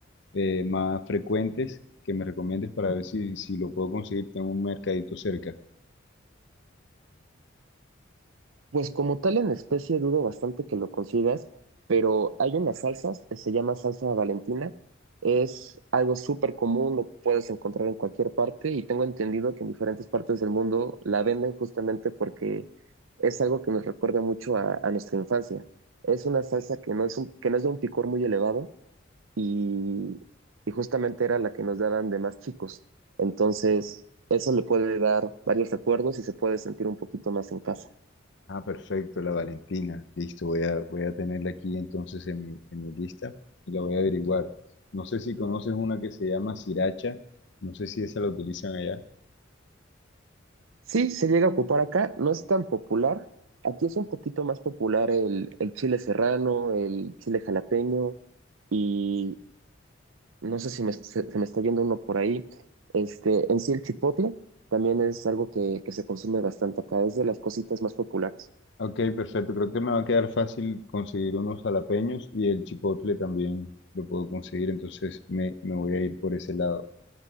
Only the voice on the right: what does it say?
Pues como tal en especie dudo bastante que lo consigas, pero hay unas salsas, eh, se llama salsa Valentina, es algo súper común, lo puedes encontrar en cualquier parte y tengo entendido que en diferentes partes del mundo la venden justamente porque es algo que nos recuerda mucho a, a nuestra infancia. Es una salsa que no es un- que no es de un picor muy elevado y, y justamente era la que nos daban de más chicos. Entonces, eso le puede dar varios recuerdos y se puede sentir un poquito más en casa.
Sí, se llega a ocupar acá, no es tan popular. Aquí es un poquito más popular el, el chile serrano, el chile jalapeño y no sé si me- se, se me está yendo uno por ahí. Este, en sí el chipotle también es algo que, que se consume bastante acá, es de las cositas más populares.